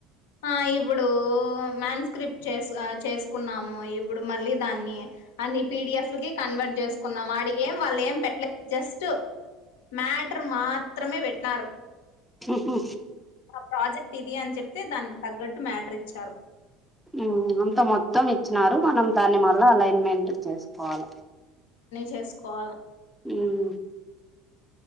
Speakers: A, on the left; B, in the centre.
A: ఆ ఇప్పుడూ మ్యాన్ స్క్రిప్ట్ చేస్ ఆ చేసుకున్నాము ఇప్పుడు మళ్ళి దాన్ని అన్ని పిడిఎఫ్ కి కన్వర్ట్ చేసుకున్నం ఆడి ఏం వాళ్ ఏం పెట్లే జస్ట్ మ్యాటర్ మాత్రమే పెట్న్న రు
B: మ్ హు
A: మా ప్రాజెక్ట్ ఇది అని చెప్తే దానికి తగ్గట్టు మ్యాటర్ ఇచ్చారు
B: మ్ అంత మొత్తం ఇచ్చినారు మనం దాన్ని మళ్ళా అలైన్మెంట్ చేసుకొవల
A: చేసుకొవల
B: మ్